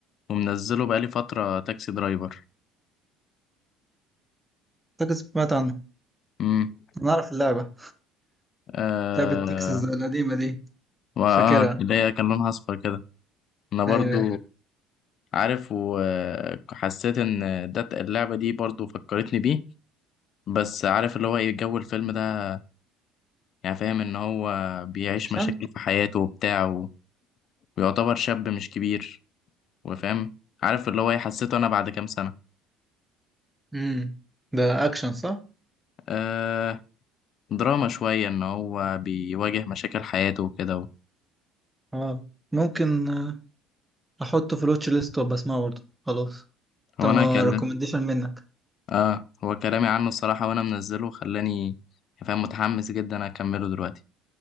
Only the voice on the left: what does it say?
ومنزله بقالي فتره تاكسي درايفر
امم
آه
واه
اللي هي كان لونها اصفر كده انا برضو
عارف وحسيت ان ده اللعبه دي برضو فكرتني بيه بس عارف اللي هو ايه جو الفيلم ده يعني فاهم ان هو بيعيش
مشاكل في حياته وبتاع و- ويعتبر شاب مش كبير وفاهم عارف اللي هو ايه حسيته انا بعد كام سنة
آه، دراما شوية إن هو بيواجه مشاكل حياته وكده
هو أنا كلم
آه هو كلامي عنه الصراحة وأنا منزله خلاني فاهم متحمس جدا أكمله دلوقتي